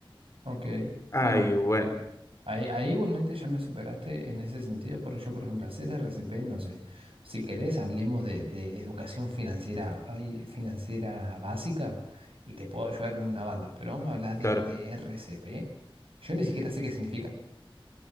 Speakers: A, on the right; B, on the left.
A: Ok,
B: Ay,
A: bueno,
B: bueno,
A: ahí, ahí igualmente ya me superaste en ese sentido porque yo, por ejemplo, hacer RCP, no sé, si querés hablemos de, de educación financiera, ay, financiera básica y te puedo ayudar en una banda, pero vamos a hablar de,
B: claro.
A: de RCP, yo ni siquiera sé qué significa,